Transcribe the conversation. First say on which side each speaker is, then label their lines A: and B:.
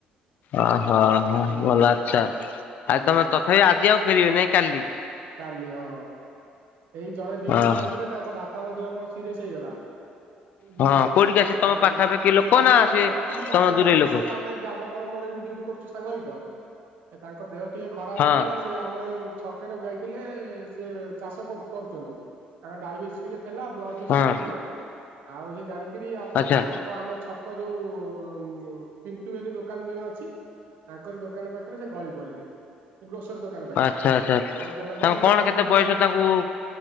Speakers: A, on the left; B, on the right.
A: ଓହୋ ହୋ
B: ବୁଝିଲେ
A: ଭଲ ଅଚ୍ ଆଉ
B: ଆଜ୍ଞା
A: ତମେ ତଥାପି ଆଜି ଆଉ ଫେରିବେ ନାଇଁ କାଲି
B: କାଲି ହଁ ଏଇ ଜଣେ ଡ୍ୟୁଟିକି
A: ଓହ
B: ଆସିଥିଲେ ତାଙ୍କ ବାପା ଦେହ କଣ ସିରିଏସ୍ ହେଇଗଲା ବୁଝିଲେ
A: ହଁ କୋଉଠିକି ଆସେ ତମ
B: ଆଉ
A: ପାଖାପାଖି ଲୋକ
B: ଆମ
A: ନା ସେ
B: ଇ ଆମ ଦାଦା
A: ତମ ଦୂରେଇ
B: ହେବେ
A: ଲୋକ?
B: ସେ ଆମେ ତାଦାଙ୍କର ମୋର ଏଇଠି ଡ୍ୟୁଟି କରୁଚୁ ସାଙ୍ଗ ହେଇତ ତାଙ୍କ ଦେହ ଟିକେ ଖରାପ
A: ହଁ
B: ହେଇଗଲା ସେ ଆମ ଏ ଛକରେ ଯାଇ ଥିଲେ ସେ ଚାଷ କରୁଚନ୍ତି ତାଙ୍କ ଡାଇବେଟିସ୍ ଟିକେ ଥିଲା ବ୍ଲଡ୍ ପ୍ରେସର୍
A: ହଁ
B: ଟିକେ ଥିଲା ଆଉ ସେ ଯାଇକିରି ଆମ
A: ଆଚ୍ଛା
B: ଛ କ ଆମ ଛକ ଯୋଉ ଉ ପିଣ୍ଟୁ ବୋଲି ଦୋକାନ ଜଣେ ଅଛି ତାଙ୍କରି ଦୋକାନ ପାଖରେ ସେ ଗଳି ପଡିଲେ ସେ ଗ୍ରୋସରୀ ଦୋକାନ ପାଖରେ
A: ଆଚ୍ଛା ଆଚ୍ଛା
B: କଟରଇଏ
A: ତାଙ୍କୁ କଣ
B: ଡିଉଟି
A: କେତେ
B: ଯ
A: ବୟସ
B: <unintelligible>
A: ତାଙ୍କୁ